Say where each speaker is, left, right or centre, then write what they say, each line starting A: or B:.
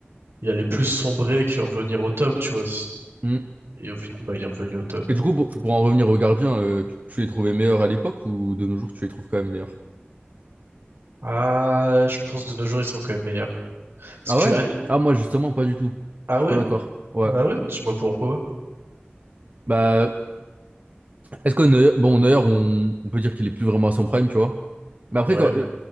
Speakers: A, on the right; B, on the right.
A: il allait plus sombrer que revenir au top, tu vois.
B: Mm.
A: Et au final, bah, il est revenu au top.
B: Et du coup, pour, pour en revenir aux gardiens, euh, tu, tu les trouvais meilleurs à l'époque ou de nos jours, tu les trouves quand même meilleurs?
A: Ah, je pense de nos jours, ils sont quand même meilleurs. Parce
B: Ah
A: que,
B: ouais?
A: ah,
B: Ah, moi, justement, pas du tout.
A: ah
B: Je
A: ouais?
B: suis pas d'accord. Ouais.
A: Ah ouais? Dis-moi pourquoi.
B: Bah, est-ce que Neuer, bon, Neuer, on, on peut dire qu'il est plus vraiment à son prime, tu vois? Mais après,
A: Ouais.
B: quand, euh,